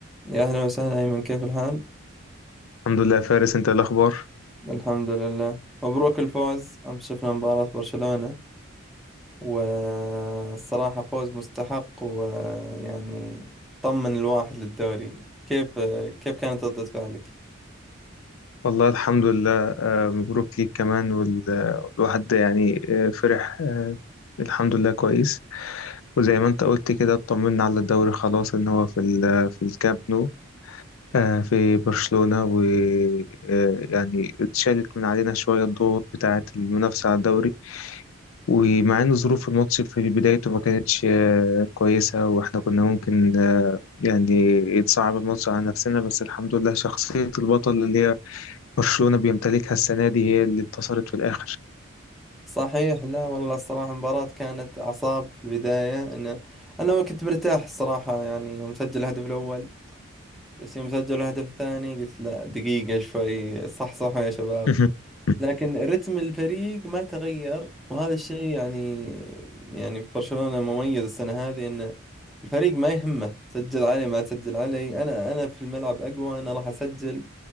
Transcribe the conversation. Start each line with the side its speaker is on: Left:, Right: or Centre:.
Centre: يا أهلا وسهلا أيمن كيف الحال؟
Left: الحمد لله يا فارس انت ايه الاخبار
Centre: الحمد لله مبروك الفوز أمس شفنا مباراة برشلونة والصراحة فوز مستحق ويعني طمن الواحد للدوري كيف كيف كانت ردة فعلك؟
Left: والله الحمد لله مبروك ليك كمان وال- والواحد ده يعني آه، فرح آه، الحمد لله كويس وزي ما انت قلت كده اطمنا على الدوري خلاص ان هو في ال- في الكامب نو آه، في برشلونة ويعني اتشالت من علينا شوية الضغوط بتاعة المنافسة على الدوري ومع ان ظروف الماتش في بدايته ما كانتش آه، كويسة واحنا كنا ممكن آه، يعني يتصعب الماتش على نفسنا بس الحمد لله شخصية البطل اللي هي برشلونة بيمتلكها السنة دي هي اللي انتصرت في الآخر
Centre: صحيح لا والله الصراحة المباراة كانت أعصاب في البداية أنا أنا كنت مرتاح الصراحة يعني يوم سجل الهدف الأول بس يوم سجل الهدف الثاني قلت لا دقيقة شوي صح صح يا شباب
Left: <laughs>
Centre: لكن رتم الفريق ما تغير وهذا الشيء يعني يعني في برشلونة مميز السنة هذه ان الفريق ما يهمه سجل علي ما سجل علي انا انا في الملعب اقوى انا راح اسجل